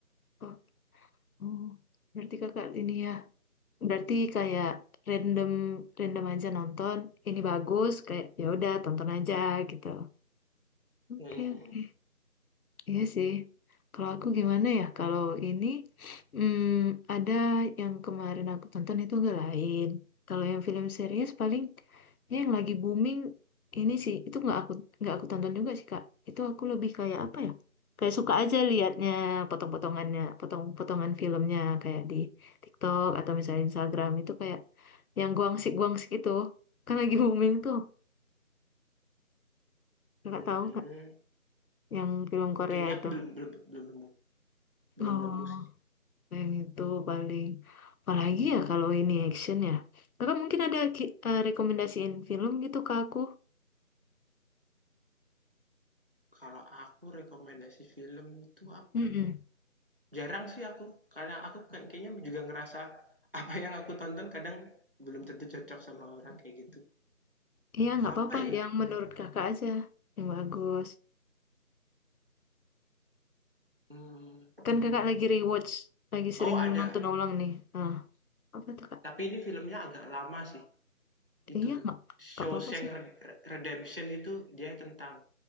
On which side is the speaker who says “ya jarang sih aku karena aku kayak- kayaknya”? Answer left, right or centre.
Right